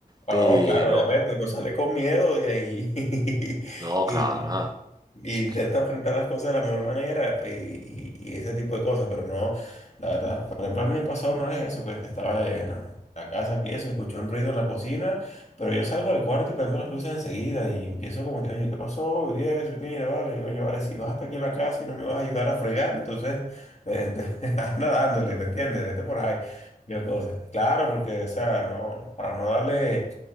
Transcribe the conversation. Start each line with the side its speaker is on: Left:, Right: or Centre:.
Left: Ah,
Right: Pero,
Left: No, claro, obviamente, uno sale con miedo y, ahí- <laughs>
Right: no,
Left: y-
Right: claro, ajá.
Left: y
Right: Es que-
Left: intenta enfrentar las cosas de la mejor manera pues, y, y- y ese tipo de cosas, pero no, la verdad, por ejemplo, a mí me pasó una vez eso, pues, que estaba en la casa aquí, eso, escuché un ruido en la cocina, pero yo salgo al cuarto y prendo las luces enseguida y empiezo como que, oye, ¿qué pasó? Y eso, y mira, vale, y, oye, vale, si vas hasta aquí en la casa y no me vas a ayudar a fregar, entonces, eh, <laughs> anda dándole, ¿me entiendes? Vete por ahí. Yo cosa. Claro, porque, o sea, no, para no darle,